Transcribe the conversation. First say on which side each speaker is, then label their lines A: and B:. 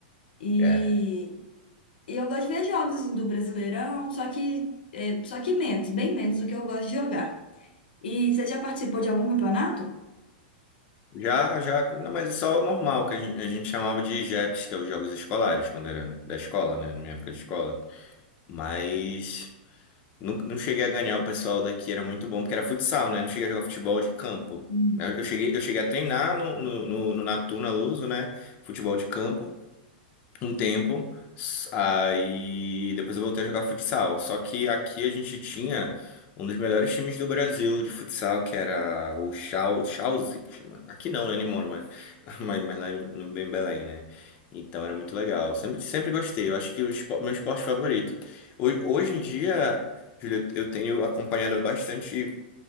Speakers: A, on the left; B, on the left.
A: E,
B: É.
A: E eu gosto de ver jogos assim do Brasileirão, só que é, só que menos, bem menos do que eu gosto de jogar. E você já participou de algum campeonato?
B: Já, já. Não, mas isso é o normal, que a gente, a gente chamava de JEPs, que é os jogos escolares, quando era da escola, né? Na minha época de escola. Mas. Não, não cheguei a ganhar o pessoal daqui, era muito bom, porque era futsal, né? Não cheguei a jogar futebol de campo.
A: Hum.
B: Eu eu cheguei, eu cheguei a treinar no, no, no, no- na Luso, né? Futebol de campo um tempo, s- aí depois eu voltei a jogar futsal. Só que aqui a gente tinha um dos melhores times do Brasil de futsal, que era o Chal- Chauzi, que chama. Aqui não, né, nem moro, mas, <laughs> mas, mas lá em, no, em Belém, né? Então era muito legal. Sempre, sempre gostei. Eu acho que o espo- meu esporte favorito. Hoje, hoje em dia, Júlio, eu tenho acompanhado bastante